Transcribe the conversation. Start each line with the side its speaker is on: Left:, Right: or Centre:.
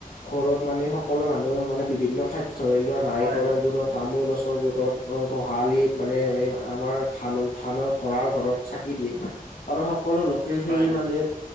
Left: ঘৰত মানে সকলো মান ন মানে বিভিন্ন ঠাইত ধৰি লোৱা নাৰিকলৰ
Right: হয় হয়
Left: গুৰত তামোল গছৰ গুৰত, অ গোহালিত মানে এই আমাৰ ধানৰ-ধানৰ ভঁৰাল ঘৰত চাকি দিয়ে আৰু সকলো লোকে সেই
Right: হয় হয়
Left: মানে